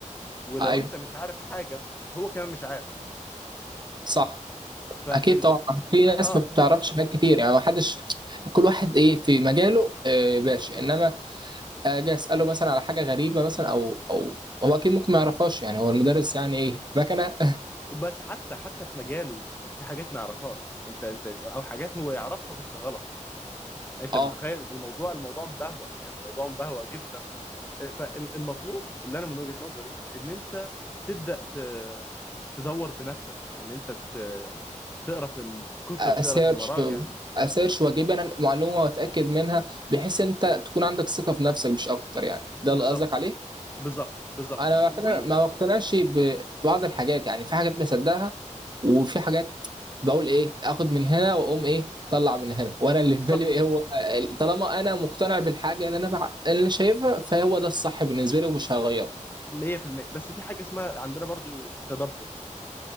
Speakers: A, on the left (about 15°); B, on the right (about 35°).
A: ولو
B: ايوه
A: انت مش عارف حاجه هو كمان مش عارف
B: صح
A: فال
B: اكيد طبعا في ناس
A: اه
B: ما بتعرفش حاجات كتير يعني ما حدش كل واحد ايه في مجاله آه، باشا انما اجي اساله مثلا على حاجه غريبه مثلا او او هو اكيد ممكن ما يعرفهاش يعني هو المدرس يعني ايه مكنه
A: بس حتى حتى في مجاله في حاجات ما يعرفهاش انت انت او حاجات هو يعرفها بس غلط
B: <laughs>
A: انت
B: اه
A: متخيل الموضوع الموضوع مبهوأ يعني الموضوع مبهوأ جدا فالمطلوب اللي انا من وجهة نظري ان انت تبدا ت- تدور بنفسك ان انت ت- تقرا في ال- في الكتب
B: اسيرش
A: تقرا في المراجع
B: اسيرش واجيب انا المعلومه واتاكد منها بحيث انت تكون عندك ثقه في نفسك مش اكتر يعني ده
A: بالظبط
B: اللي قصدك عليه
A: بالظبط بالظبط
B: انا بعد
A: و
B: كده ما بقتنعش ببعض الحاجات يعني في حاجات بصدقها وفي حاجات بقول ايه اخد من هنا واقوم ايه طلع من هنا وانا اللي في
A: صح
B: بالي ايه هو طالما انا مقتنع بالحاجه اللي انا بع... اللي أنا شايفها فهو ده الصح بالنسبه لي ومش هغيره
A: 100% بس في حاجه اسمها عندنا برضو التدبر